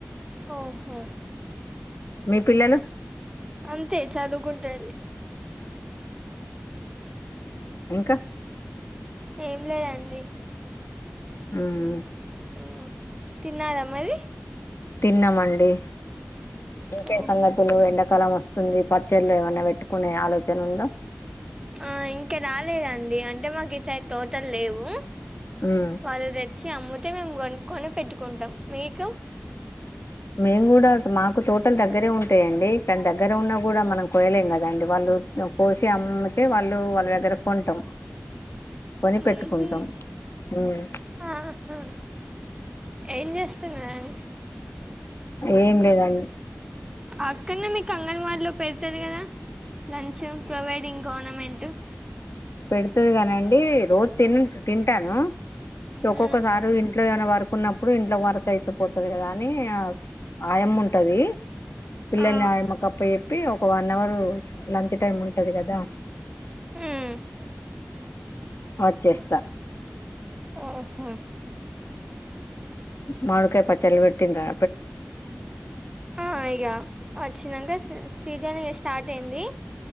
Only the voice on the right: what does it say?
ఓహో
అంతే చదువుకుంటాడి
ఏం లేదండి
మ్మ్ తిన్నారా మరి
ఓహో
ఆ ఇంకా రాలేదండి అంటే మాకు చ తోటల్ లేవు
వాళ్ళు తెచ్చి అమ్ముతే మేము కొనుక్కకుని పెట్టుకుంటాం మీకు
హ్మ్మ్
ఆహా ఏం చేస్తున్నార్ ఆం
అక్కడనే మీకు అంగన్వాడీలో పెడతంది కదా లంచ్ ప్రొవైడింగ్ గవర్నమెంట్ టు
ఉమ్
ఆ
హ్మ్మ్
ఓహ్మ్
ఆ ఇగా వచ్చినాక సీజన్ స్టార్ట్ అయింది